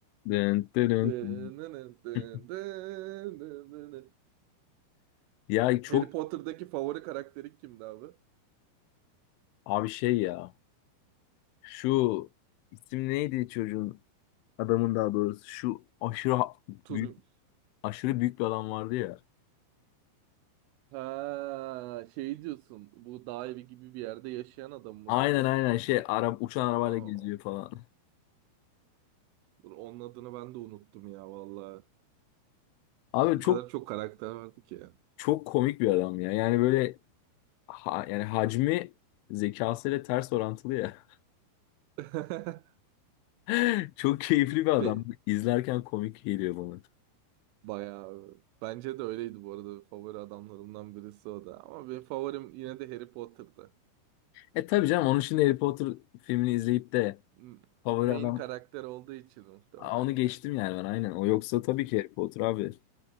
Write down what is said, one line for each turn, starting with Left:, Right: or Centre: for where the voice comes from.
Left: dın, dın, dın.
Right: Dın dın dın
Left: <laughs>
Right: dın dın dın dın.
Left: Ya çok
Right: Harry Potter'daki favori karakteri kimdi abi?
Left: abi şey ya. Şu isim neydi çocuğun adamın daha doğrusu. Şu aşırı ha-
Right: Turin.
Left: büyük aşırı büyük bir adam vardı ya.
Right: Ha, şey diyorsun. Bu dağ evi gibi bir yerde yaşayan adam mı
Left: Aynen
Right: diyorsun?
Left: aynen şey ara, uçan arabayla
Right: Tamam.
Left: geziyor falan.
Right: Dur, onun adını ben de unuttum ya vallahi.
Left: Abi
Right: Bu
Left: çok
Right: kadar çok karakter vardı ki ya.
Left: çok komik bir adam ya. Yani böyle ha, yani hacmi zekasıyla ters orantılı ya.
Right: <laughs>
Left: <laughs> Çok keyifli bir adam.
Right: Pe
Left: İzlerken komik geliyor bana.
Right: bayağı. Bence de öyleydi bu arada. Favori adamlarımdan birisi o da. Ama benim favorim yine de Harry Potter'dı.
Left: E tabii canım onun için de Harry Potter filmini izleyip de
Right: M-
Left: favori
Right: Main
Left: adam
Right: karakter olduğu için muhtemelen
Left: Aa, onu geçtim
Right: ya.
Left: yani ben aynen. O yoksa tabii ki Harry Potter abi.